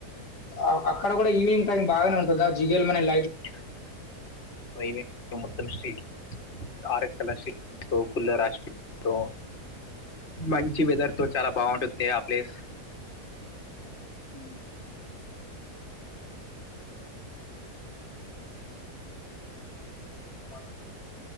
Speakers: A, on the left; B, on the left.
A: ఆ అక్కడ కూడా ఈవినింగ్ టైమ్ బాగానే ఉంటుందా జిగేల్ మనెల్
B: <unintelligible> మొత్తం స్ట్రీట్ కారేస్ క శస్త ఫుల్ల రాష్ట్ర తో మంచి
A: ఉమ్.
B: వెదర్ తో చాలా బాగుంటుంది ఆ ప్లేస్
A: మ్మ్
B: వాళ్ళని ఏంట